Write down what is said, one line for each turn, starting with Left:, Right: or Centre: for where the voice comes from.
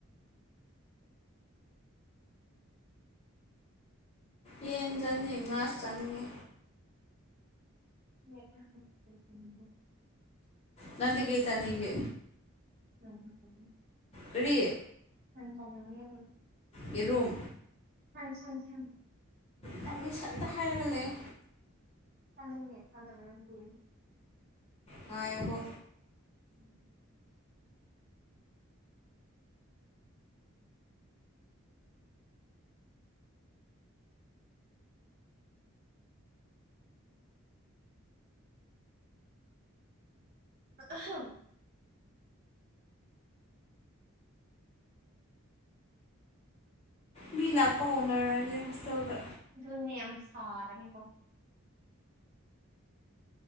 Left: ꯌꯦꯟ ꯆꯅꯤꯡꯉꯦ ꯉꯥꯁꯨ ꯆꯅꯤꯡꯉꯦ
Right: <unintelligible>
Left: ꯅꯪꯗꯤ ꯀꯩ ꯆꯅꯤꯡꯒꯦ
Right: ꯎꯝ ꯎꯝ
Left: ꯀꯔꯤ
Right: <unintelligible>
Left: ꯌꯦꯔꯨꯝ
Right: <unintelligible>
Left: ꯅꯪꯗꯤ ꯁꯟ ꯗ ꯍꯥꯏꯔꯒ ꯂꯩꯌꯣ
Right: ꯆꯅꯤꯡꯉꯦ <unintelligible>
Left: ꯉꯥꯏꯌꯣꯀꯣ
Right: ꯎꯝ ꯑꯍꯝ
Left: ꯃꯤ ꯂꯥꯛꯄ ꯍꯧꯅꯔꯅꯤ ꯍꯣꯁꯇꯦꯜꯗ
Right: ꯗꯨꯅꯦ ꯌꯥꯝ ꯁꯔꯅꯤꯀꯣ